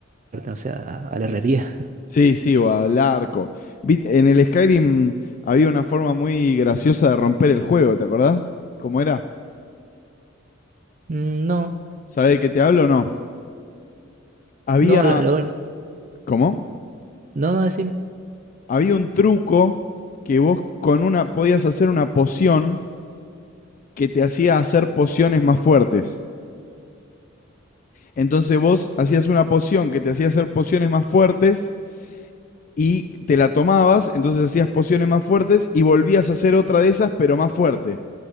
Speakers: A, on the right; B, on the left.
A: no sé, a, a la herrería.
B: Sí, sí, o al arco. Vi- En el Skyrim había una forma muy graciosa de romper el juego, ¿te acordás? ¿Cómo era?
A: Mm, No,
B: ¿Sabés de qué te hablo o no? Había...
A: no, la- la-
B: ¿Cómo?
A: no, no, decime.
B: Había un truco que vos con una podías hacer una poción que te hacía hacer pociones más fuertes. Entonces vos hacías una poción que te hacía hacer pociones más fuertes y te la tomabas, entonces hacías pociones más fuertes y volvías a hacer otra de esas pero más fuerte.